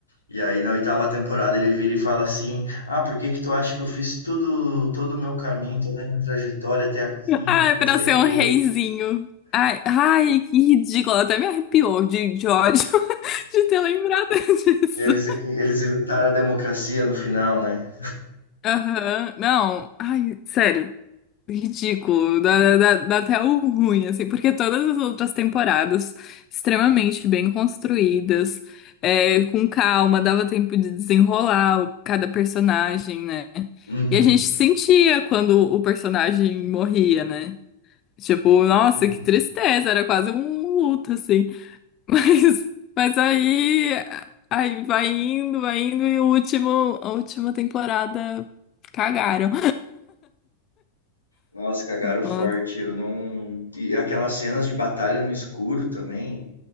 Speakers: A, on the left; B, on the left.
A: E aí na oitava temporada ele vira e fala assim, ah, por que que tu acha que eu fiz tudo, todo o meu caminho, toda a minha trajetória até aqui?
B: Ai,
A: Eu
B: pra
A: ser
B: ser
A: rei.
B: um reizinho. Ai, ai, que ridículo. Até me arrepiou de, de ódio <laughs> de ter lembrado <laughs> disso.
A: Eles, eles inventaram a democracia no final, né?
B: Aham, Não, ai, sério. Ridículo. Dá, dá, dá até o ruim, assim, porque todas as outras temporadas, extremamente bem construídas, é, com calma, dava tempo de desenrolar o- cada personagem, né?
A: Uhum.
B: E a gente sentia quando o personagem morria, né? Tipo, nossa,
A: Uhum.
B: que tristeza, era quase um luto, assim. <laughs> Mas, mas aí, aí vai indo, vai indo, e o último, a última temporada cagaram.
A: Nossa, cagaram forte.
B: Nossa,
A: Eu não. E aquelas cenas de batalha no escuro também.